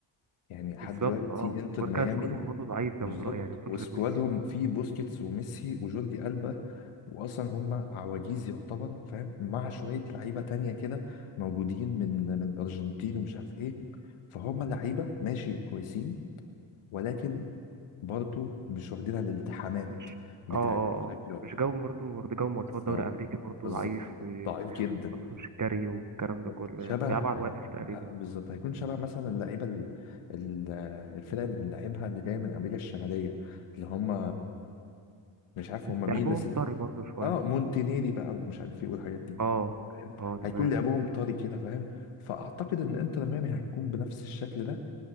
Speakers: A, on the left; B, on the right.
A: يعني لحد
B: بالظبط
A: دلوقتي
B: اه
A: انتر
B: واركان
A: ميامي
B: سكوادهم برضه ضعيف ده
A: بالظبط
B: من رأيي يعني مفيش
A: وسكوادهم
B: غير ميسي
A: فيه بوسكيتس وميسي وجوردي ألبا وأصلا هم عواجيز يعتبر فاهم مع شوية لعيبة تانية كده موجودين من من الأرجنتين ومش عارف إيه فهم لعيبة ماشي كويسين ولكن برضه مش واخدين على الالتحامات
B: مش
A: بتاعت
B: اه اه
A: أفريقيا
B: اه مش جو برضه برضه جو ماتشات
A: بالظبط
B: دوري أمريكي برضه
A: بالظبط
B: ضعيف
A: كده ضعيف جدا
B: ومفهوش كاري والكلام
A: بالظبط.
B: ده كله
A: شبه
B: يعني بيلعب
A: ه-
B: على الواقف تقريبا
A: ه- بالظبط هيكون شبه مثلا اللعيبه ال- ال- الفرق اللي بنلعبها اللي جايه من امريكا الشماليه اللي هم مش عارف هم
B: لعبهم
A: مين بس
B: طري برضه شوية
A: اه مونتينيري بقى ومش عارف ايه والحاجات دي
B: اه
A: فاهم
B: اه
A: هيكون
B: تمام
A: لعبهم طري كده فاهم فاعتقد ان انتر ميامي هتكون بنفس الشكل ده